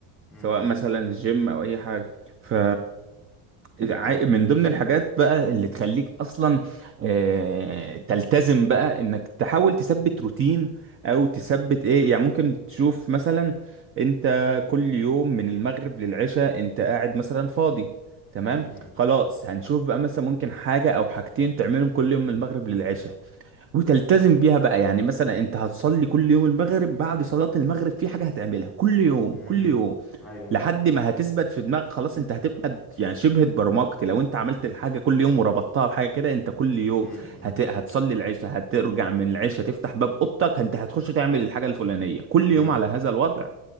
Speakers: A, in the centre; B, on the right.
A: م- م.
B: سواء مثلا جيم او اي حاجه ف عا-
A: طب
B: من ضمن الحاجات بقى اللي تخليك اصلا آه، تلتزم بقى انك تحاول تثبت روتين او تثبت ايه يعني ممكن تشوف مثلا انت كل يوم من المغرب للعشاء انت قاعد مثلا فاضي تمام
A: م- م-
B: خلاص هنشوف بقى مثلا ممكن حاجة أو حاجتين تعملهم كل يوم من المغرب للعشاء وتلتزم بيها بقى يعني مثلا أنت هتصلي كل يوم المغرب بعد صلاة المغرب في حاجة هتعملها كل يوم
A: م.
B: كل يوم
A: ايوه ايوه
B: لحد ما هتثبت في دماغك خلاص انت هتبقى يعني شبه اتبرمجت لو انت عملت الحاجه كل يوم وربطتها بحاجه كده انت كل يوم
A: م- م-
B: هت... هتصلي العشاء هترجع من العشاء تفتح باب اوضتك انت هتخش تعمل الحاجه الفلانيه كل
A: م-
B: يوم
A: م.
B: على هذا الوضع